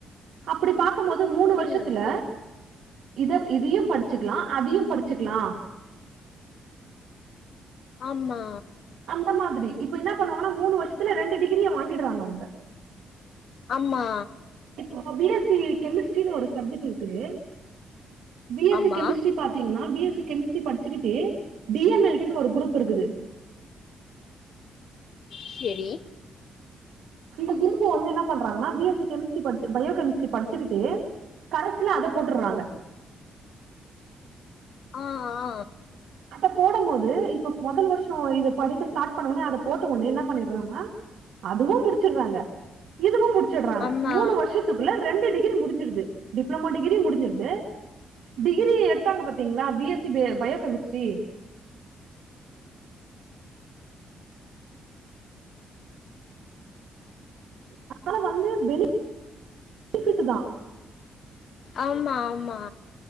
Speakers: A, on the right; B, on the left.
A: அப்ப அப்டி பாக்கு போது மூனு
B: அப்படிங்களா?
A: வருஷத்ல இத இதயு படிச்சுக்கலா அதயு படிச்சுக்கலா
B: ஆமா
A: அந்த மாதிரி இப்ப என்ன பண்ணுவாங்கன்னா மூனு வருஷத்ல ரெண்டு டிகிரிய வாங்கிறாங்க அவுங்க
B: ஆமா
A: இப்போ பி எஸ்சி கெமிஸ்ட்ரினு ஒரு சப்ஜெக்ட் இருக்குது பி எஸ்சி
B: ஆமா.
A: கெமிஸ்ட்ரி பாத்தீங்னா பி எஸ்சி கெமிஸ்ட்ரி படிச்சுக்கிட்டு டி எம் எல் டினு ஒரு குரூப் இருக்குது
B: செரி
A: இந்த குரூப்ப வந்து என்ன பண்றாங்கனா பி எஸ்சி கெமிஸ்டரி படிச்சு பயோ கெமிஸ்ட்ரி படிச்சுக்கிட்டு கரஸ்சுல அத போட்டுர்றாங்க
B: ஆ ஆ
A: அத போடமோது இப்ப மொதல் வருஷோ இது படிக்க ஸ்டார்ட் பண்ண உன்னே அத போட்ட ஒன்னே என்ன பண்ணிறாங்கனா அதுவும் முடிச்சிறாங்க இதுவும் முடி ச்சிடறாங்க
B: ஆமா.
A: மூணு வருஷத்துக்குள்ள ரெண்டு டிகிரி முடிஞ்சிருது டிப்ளோமோ டிகிரி முடிஞ்சிருது டிகிரி எடுத்தாங்க பாத்தீங்களா பி எஸ் சி பே பயோ கெமி ஸ்ட்ரி அதனால வந்து பெனிபிட்டு தா
B: ஆமா ஆமா